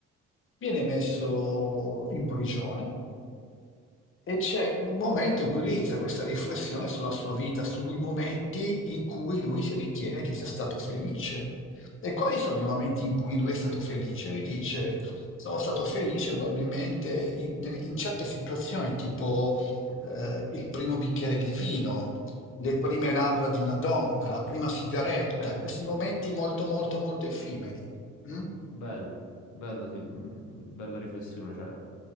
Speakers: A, on the left (about 45°); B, on the left (about 80°).
A: viene messo in prigione e c'è un momento in cui lui inizia questa riflessione sulla sua vita, sui momenti in cui lui si ritiene che sia stato felice. E quali sono i momenti in cui lui è stato felice? Lui dice, sono stato felice probabilmente in, in certe situazioni, tipo eh, il primo bicchiere di vino, le prime labbra di una donna, la prima sigaretta,
B: Eh,
A: questi momenti molto, molto, molto effimeri. Mm?
B: Bello, bello, sì, mm, bella riflessione, cioè